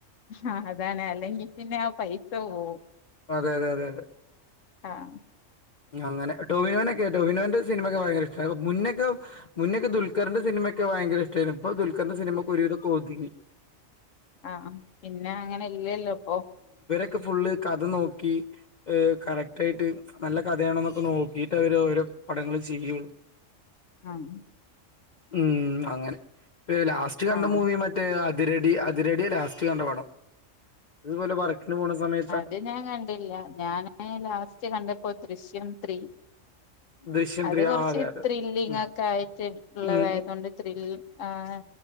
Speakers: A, on the left; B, on the left.
A: ആ അതാണ് അല്ലെങ്കിൽ പിന്നെ ആ പൈസ പോവും
B: അതെ അതെ അതെ അതെ
A: ആഹ്
B: അങ്ങനെ ടോവിനോന്റെക്കെ ടോവിനോന്റെ സിനിമയക്കെ ഭയങ്കര ഇഷ്ട മുന്നൊക്കെ മുന്നൊക്കെ ദുൽൽഖറിന്റെ സിനിമയക്കെ ഭയങ്കര ഇഷ്ടരുന്നു ഇപ്പ കറിന്റെ സിനിമക്ക ഒരുതക്കെ ഒതുങ്ങി
A: ആഹ പിന്നെ അങ്ങനെ ഇല്ലല്ലോ ഇപ്പൊ
B: ക്ക് ഫുള്ള് കഥ നോക്കി കറക്റ്റയിട്ട് നല്ല കഥയാണെന്നൊക്കെ നോക്കിട്ട് അവര് ഓരോ പടങ്ങള് ചെയ്യുള്ളു
A: ആണോ
B: ഉം അങ്ങനെ ലാസ്റ്റ് കണ്ട
A: ആഹ്
B: മൂവി മറ്റേ ആ - തിരടി അതിരട്യ ലാസ്റ്റ് കണ്ട പടം. തുപോലെ വർക്കിന് പോണ സമയ
A: ത് ഞാൻ കണ്ടില്ല ഞാന് ലാസ്റ്റ് കണ്ടപ്പോ ദൃശ്യം എം ത്രീ
B: ദൃശ്യം
A: അത്
B: ത്രീ
A: കൊറച്ച്
B: ആ അതെ അതെ
A: ത്രില്ലിങ്ങൊക്കായിട്ട്
B: ഉം
A: ഇള്ളതായ്തൊണ്ട്
B: ഉം
A: ത്രിൽ ആഹ്